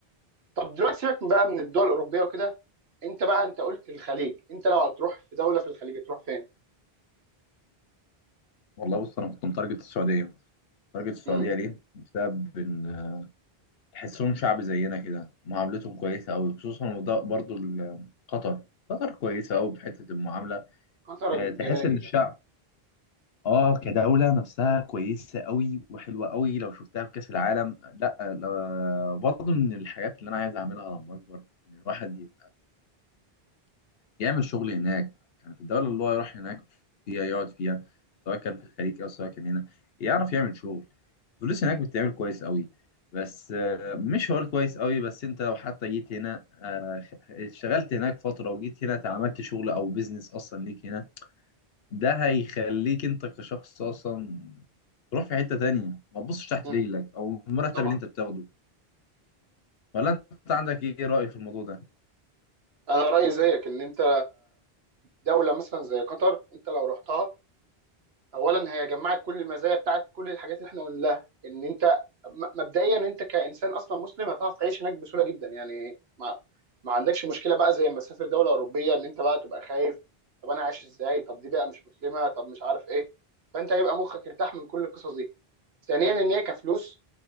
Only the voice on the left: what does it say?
والله بص انا كنت متارجت السعوديه تارجت السعوديه
ليه بسبب ان تحسهم شعب زينا كده معاملتهم كويسة أوي خصوصا وده برضو ال- قطر قطر كويسة أوي في حتة المعاملة
آه، تحس
إن الشعب آه كدولة نفسها كويسة أوي وحلوة أوي لو شفتها في كأس العالم لا آه، برضو من الحاجات اللي أنا عايز أعملها لما أكبر إن الواحد يعمل شغل هناك يعني في الدولة اللي هو يروح هناك فيها يقعد فيها سواء كان في الخليج أو سواء كان هنا يعرف يعمل شغل الفلوس هناك بتتعمل كويس قوي بس آه، مش هقول كويس قوي بس انت لو حتى جيت هنا آه، اشتغلت هناك فترة وجيت هنا اتعملت شغل او بيزنس اصلا ليك هنا ده هيخليك انت كشخص اصلا تروح في حتة تانية ما تبصش تحت
رجلك او المرتب
اللي انت بتاخده ولا انت عندك ايه رأي في الموضوع ده؟